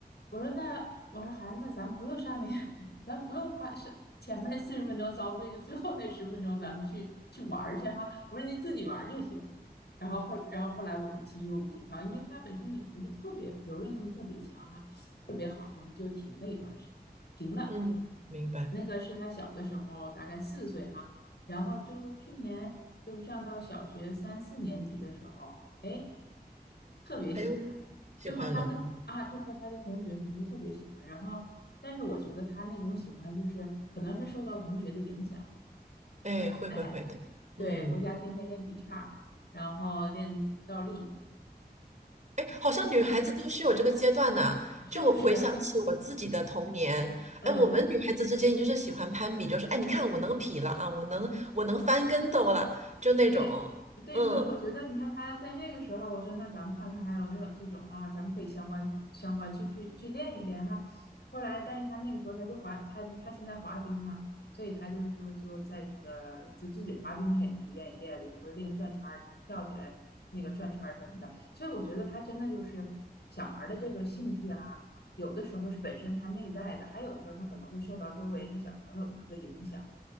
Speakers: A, on the left; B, on the right.
A: 我说那我说孩子那咱不用上那个，<laughs> 咱不用花是前面那四十分钟遭罪，就最后那十分钟咱们去去玩儿去哈。我说你自己玩儿就行。然后后，然后后来我们其实我们体操，因为它本身也不是特别柔韧性特别强哈，特别好，我们就停了一段时间，停了。
B: 嗯，明白。
A: 那个是他小的时候，大概四岁哈，然后就去年就是上到小学三四年级的时候，哎，特别喜欢，
B: 还有喜欢了，
A: 就和他的啊，就和他的同学什么就特别喜欢。然后，但是我觉得他那种喜欢就是可能是受到同学的影响，
B: 哎，会会会的，
A: 哎，对，
B: 嗯，
A: 回家天天练劈叉然后练倒立。
B: 哎，好像女孩子都是有这个阶段呐、
A: 是不是？
B: 就我回想起我自己的童年，
A: 嗯
B: 哎，我们女孩子之间就是喜欢攀比，就是哎，你看我能劈了啊，我能我能翻跟斗了，就那种，
A: 对对，
B: 嗯
A: 所以我觉得，你看他要在这个时候，我说那咱们看看还有没有这种啊，咱们可以相关相关去去去练一练哈。后来，但是他那个时候他就滑，他他现在滑冰嘛，所以他就就就在那个就自己滑冰，他也就愿意练了，有时候练转圈儿、跳起来那个转圈儿什么的。所以我觉得他真的就是小孩儿的这个兴趣啊，有的时候是本身他内在的，还有的时候他可能会受到周围的小朋友的一个影响。